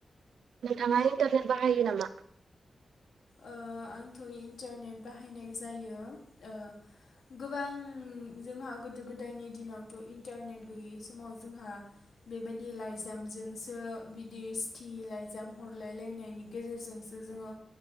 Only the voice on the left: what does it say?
ओ आंथ' इन्टारनेट बाहायनाय जायो ओ गोबां जोंहा गोदो गोदायनि दिनावथ' इन्टारनेट गैयै समाव जोंहा बेबायदि लाइजामजोंसो बिदि सिटि लाइजाम हरलायलायनायनि गेजेरजोंसो जोङो